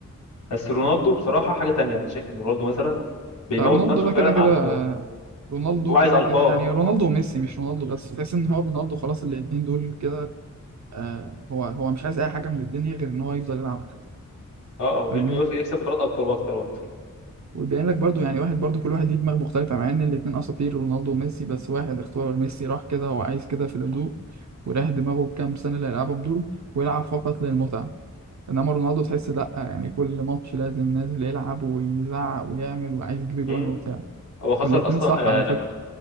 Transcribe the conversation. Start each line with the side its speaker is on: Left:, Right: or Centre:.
Left: بس رونالدو بصراحه حاجه تانية انا شايف ان رونالدو مثلا بيموت
Right: لا رونالدو
Left: نفسه
Right: ده
Left: فعلا
Right: كده كده
Left: على الكوره
Right: آه، رونالدو
Left: هو عايز
Right: كده
Left: القاه
Right: كده يعني رونالدو وميسي مش رونالدو بس تحس ان هو رونالدو خلاص الاتنين دول كده آه هو هو مش عايز اي حاجه من الدنيا غير ان هو يفضل يلعب كورة.
Left: اه اه وانه
Right: فاهمني
Left: يخ- يكسب بطولات اكتر واكتر واكتر
Right: ويبين لك برضو يعني واحد برضو كل واحد ليه دماغ مختلفه مع ان الاتنين اساطير رونالدو وميسي بس واحد اختار ميسي راح كده هو عايز كده في الهدوء وراح دماغه كام سنه اللي هيلعبهم دول ويلعب فقط للمتعه انما رونالدو تحس لا يعني كل ماتش لازم نازل يلعب ويزعق ويعمل وعايز يجيب اجوان
Left: امم
Right: وبتاع
Left: هو خسر
Right: والاتنين
Left: اصلا
Right: صح على
Left: آه لما
Right: فكره